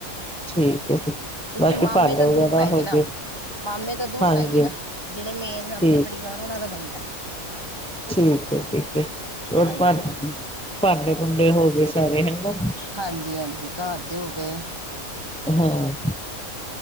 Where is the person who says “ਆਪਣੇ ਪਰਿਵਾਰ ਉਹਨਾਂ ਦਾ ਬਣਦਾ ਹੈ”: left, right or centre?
Right